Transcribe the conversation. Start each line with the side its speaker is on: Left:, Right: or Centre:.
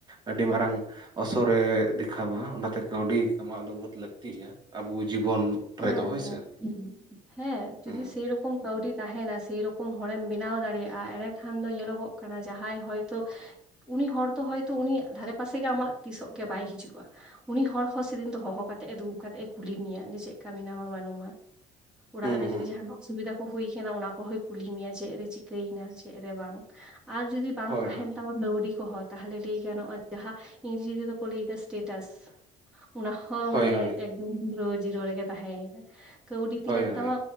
Right: ᱟᱹᱰᱤ ᱢᱟᱨᱟᱝ ᱚᱥᱚᱨᱮ ᱫᱮᱠᱷᱟᱣᱟ ᱚᱱᱟᱛᱮ ᱠᱟᱹᱣᱰᱤ ᱠᱟᱢᱟᱣ ᱫᱚ ᱵᱚᱦᱩᱛ ᱞᱟᱹᱠᱛᱤ ᱜᱮᱭᱟ ᱟᱵᱚ ᱡᱤᱵᱚᱱ
Centre: ᱦᱮᱸ
Right: ᱨᱮᱫᱚ ᱦᱳᱭ
Centre: ᱦᱮᱸ
Right: ᱥᱮ
Centre: ᱦᱮᱸ ᱡᱩᱫᱤ
Right: ᱦᱩᱸ
Centre: ᱥᱮ ᱨᱚᱠᱚᱢ ᱠᱟᱹᱣᱰᱤ ᱛᱟᱦᱮᱱᱟ ᱥᱮᱭ ᱨᱚᱠᱚᱢ ᱦᱚᱲᱮᱢ ᱵᱮᱱᱟᱣ ᱫᱟᱲᱮᱭᱟᱜᱼᱟ ᱮᱸᱰᱮ ᱠᱷᱟᱱ ᱫᱚ ᱧᱮᱞᱚᱜᱚᱜ ᱠᱟᱱᱟ ᱡᱟᱦᱟᱸᱭ ᱦᱚᱭᱛᱳ ᱩᱱᱤ ᱦᱚᱲ ᱫᱚ ᱦᱚᱭᱛᱚ ᱩᱱᱤᱭᱟᱜ ᱫᱷᱟᱨᱮ ᱯᱟᱥᱮ ᱜᱮ ᱟᱢᱟᱜ ᱛᱤᱥᱚᱜ ᱜᱮ ᱵᱟᱭ ᱦᱤᱡᱩᱜᱼᱟ ᱩᱱᱤ ᱦᱚᱲ ᱦᱚᱸ ᱥᱮᱫᱤᱱ ᱫᱚ ᱦᱚᱦᱚ ᱠᱟᱛᱮᱜ ᱮ ᱫᱩᱲᱩᱵ ᱠᱟᱛᱮᱜ ᱮ ᱠᱩᱞᱤ ᱢᱮᱭᱟ ᱡᱮ ᱪᱮᱫ ᱠᱟᱹᱢᱤ ᱱᱟᱢᱟ ᱵᱟᱹᱱᱩᱜᱢᱟ ᱚᱲᱟᱜ
Right: ᱦᱩᱸ
Centre: ᱨᱮ
Right: ᱦᱩᱸ
Centre: ᱡᱩᱫᱤ ᱡᱟᱦᱱᱟᱜ ᱚᱥᱩᱵᱤᱫᱟ ᱠᱚ ᱦᱩᱭ ᱠᱟᱱᱟ ᱚᱱᱟ ᱠᱚᱦᱚᱸᱭ ᱠᱩᱞᱤ ᱢᱮᱭᱟ ᱪᱮᱫ ᱨᱮ ᱪᱤᱠᱟᱹᱭᱮᱱᱟ? ᱪᱮᱫ ᱨᱮ ᱵᱟᱝ? ᱟᱨ ᱡᱩᱫᱤ ᱵᱟᱝ
Right: ᱦᱳᱭ
Centre: ᱛᱟᱦᱮᱱ ᱛᱟᱢᱟᱝ ᱞᱟᱣᱰᱤ ᱠᱚᱦᱚᱸ ᱛᱟᱦᱚᱞᱮ ᱞᱟᱹᱭ ᱜᱟᱱᱚᱜᱼᱟ ᱡᱟᱦᱟᱸ ᱤᱝᱨᱮᱡᱤ ᱨᱮᱫᱚ ᱠᱚ ᱞᱟᱹᱭ ᱮᱫᱟ ᱥᱴᱮᱴᱟᱥ ᱚᱱᱟᱦᱚᱸ
Right: ᱦᱳᱭ
Centre: ᱢᱟᱱᱮ
Right: ᱦᱳᱭ ᱦᱳᱭ
Centre: ᱮᱠᱫᱚᱢ ᱯᱩᱨᱟᱹ ᱡᱤᱨᱳ ᱨᱮᱜᱮ ᱛᱟᱦᱮᱸᱭᱮᱱᱟ ᱠᱟᱹᱣᱰᱤ
Right: ᱦᱳᱭ
Centre: ᱛᱤᱱᱟᱹᱜ
Right: ᱦᱳᱭ
Centre: ᱛᱟᱢᱟ